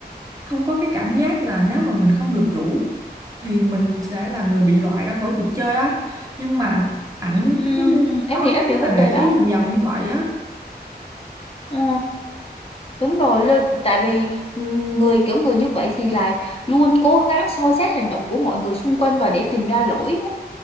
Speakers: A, on the right (about 20°); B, on the left (about 35°).
A: không có cái cảm giác là nếu mà mình không được rủ thì mình sẽ là người bị loại ra khỏi cuộc chơi á nhưng mà ảnh
B: Ừm,
A: cứ đi
B: em
A: nói
B: hiểu, em hiểu vấn
A: và để
B: đề
A: ý
B: đó.
A: vòng vòng như vậy á
B: Ờ, đúng rồi, lơ- tại vì ừm, người kiểu người như vậy thì là luôn cố gắng soi xét hành động của mọi người xung quanh và để tìm ra lỗi